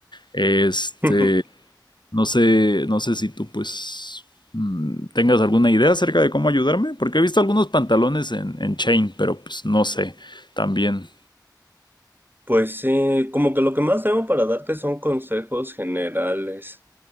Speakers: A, on the left; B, on the right.
A: Este,
B: <laughs>
A: no sé, no sé si tú pues mm, tengas alguna idea acerca de cómo ayudarme, porque he visto algunos pantalones en, en chain, pero pues no sé también.
B: Pues sí, como que lo que más tengo para darte son consejos generales.